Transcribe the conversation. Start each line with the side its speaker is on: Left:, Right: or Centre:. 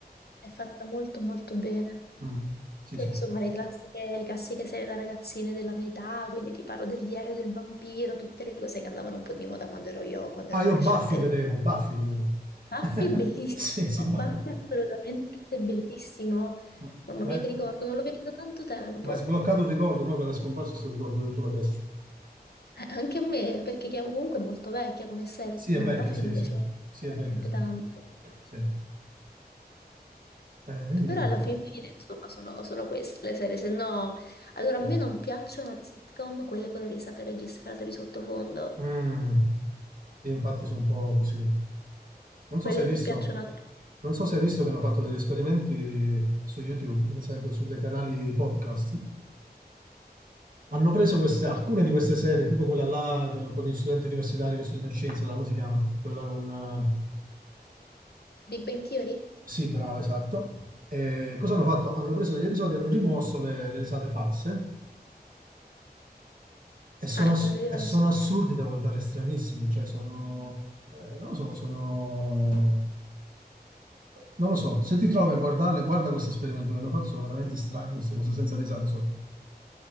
Left: è fatta molto molto bene.
Right: Mm. Sì,
Left: Poi
Right: sì.
Left: insomma le classiche, le classiche serie da ragazzine della mia età, quindi ti parlo del diario del vampiro, tutte le cose che andavano un po' di moda quando ero io, quando
Right: Ah,
Left: ero
Right: io
Left: adolescente.
Right: Buffy
Left: io.
Right: vedevo, Buffy vedevo.
Left: Buffy
Right: <laughs>
Left: bellissimo,
Right: Sì, sì, Buffy.
Left: Buffy assolutamente bellissimo.
Right: Ma
Left: Mamma
Right: ma
Left: mia
Right: è
Left: che ricordo, non lo vedo da tanto tempo.
Right: ma è sbloccato un ricordo, proprio era scomparso questo ricordo dentro la testa.
Left: Eh, anche a me, perché chiamo comunque è molto vecchia come serie,
Right: Sì,
Left: no,
Right: è vecchio,
Left: Buffy
Right: sì,
Left: mi piaceva
Right: sì. Sì,
Left: veramente
Right: è vecchio, sì.
Left: tanto.
Right: Sì. Sì. Eh, niente.
Left: Però alla fin fine, insomma, sono solo queste le serie, se no... Allora,
Right: Sì.
Left: a me non piacciono le sitcom, quelle con le risate registrate di sottofondo,
Right: Mm. Sì, infatti sono un po' così. Non
Left: quelle
Right: so se hai
Left: che
Right: visto,
Left: piacciono a tutti.
Right: non so se hai visto che hanno fatto degli esperimenti su YouTube, per esempio su dei canali podcast. Hanno preso queste, alcune di queste serie, tipo quella là eh, con gli studenti universitari che studiano scienza, la- come si chiama? Quella con... eh,
Left: Big Bang Theory?
Right: Sì, bravo, esatto. E cosa
Left: Sì.
Right: hanno fatto? Hanno preso degli episodi e hanno rimosso le, le risate false E sono,
Left: Ah, e
Right: ass-
Left: non rideva
Right: e sono
Left: nessuno.
Right: assurdi da guardare stranissimi, cioè sono, eh, non lo so, sono, non lo so, se ti trovi a guardarle, guarda questo esperimento che hanno fatto, sono veramente strane queste cose, senza risate sotto.